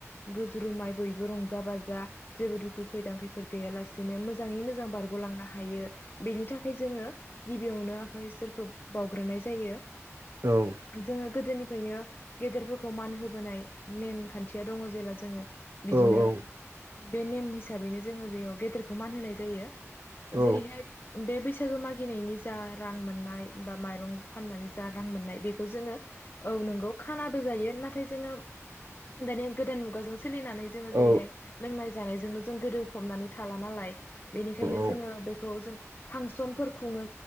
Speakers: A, on the left; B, on the right.
A: रुजु रुमाय बयबो रंजा बाजा जेबो दुखु खैदां खैफोद गैया लासेनो मोजाङै मोजां बारग'लांनो हायो बेनि थाखाय जोङो गिबियावनो इसोरखौ बावग्रोनाय जायो
B: औ
A: जोङो गोदोनिफ्रायनो गेदेरफोरखौ मान होबोनाय नेम खान्थिया दङ जेला जोङो बिदिनो
B: औ औ
A: बे नेम हिसाबैनो जोङो बेयाव गेदेरखौ मान होनाय जायो
B: औ
A: जेरैहाय बे बैस थ मागिनायनि जा रां मोननाय बा माइरं फाननानै जा रां मोननाय बे जोङो औ नोंगौ खाना जायो नाथाय जोङो दानि गोदान मुगाजों सोलिनानै जोङो जेरैहाय
B: औ
A: लोंनाय जानायजोंल' जों गोदोफबनानै थाला नालाय बेनिखायनो
B: औ
A: जोङो बेखौ जों फांसनफोर खुङो